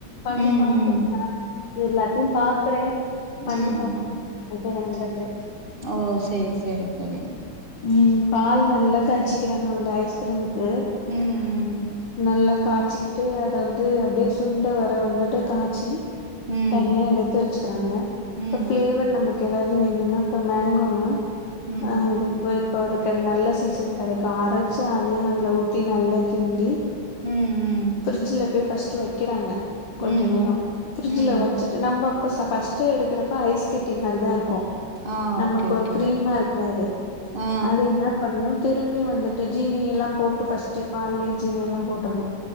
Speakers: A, on the left (about 75°); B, on the right (about 30°).
A: பண்ணி
B: ம்
A: பாக்கோ
B: ம்
A: ஏ நது எல்லாத்யு பாக்குறே பண்ணி
B: ம் ம்
A: பாக்கோ வெக்கரே வந்துட்டு
B: ஓ செய் சரி சரி
A: ம் பால் நல்லா காச்சிக்கிறாங்க அந்த ஐஸ்க்ரீம்க்கு
B: ம் ம்
A: நல்லா காச்சிக்கிட்டு அத வந்து அப்டே சுண்ட வர வந்துட்டு காச்சி
B: ம்
A: தனியா எடுத்து வச்சுக்குறாங்க ப்ப
B: ம்
A: ஃப்ளேவர் நமக்கு ஏதாவ்து வேணுன்னா இப்ப மேங்கோனா
B: ம் ம்
A: அ அது இப்ப இப்ப அவருக்கு நல்ல சீசன் கெடைக்கு அரைச்சு அதயு அதுல ஊத் தி நல்லா கிண்டி
B: உம் உம்
A: ஃபிரிட்ஜில போய் ஃபஸ்ட் வைக்கிறாங்க கொஞ்ச
B: ம் ம்
A: நேரோ ஃப்ரிட்ஜில
B: ம்
A: வச்சிட்டு நம்ம அப்ப பஃஸ்ட் டு எடுக்கிறப்ப ஐஸ் கட்டி மாதிரிதா இருக்கும்
B: ஆ
A: நமக்கு
B: ஓகே
A: ஒரு
B: ஓகே
A: க்ரீமா இருக்காது
B: ஆ
A: அது என்ன பண்ணும் திரும்பி வந்துட்டு ஜீனியல்லாம் போட்டு ஃபஸ்ட் பால்லே ஜீனி எல்லாம் போட்டர்ணும்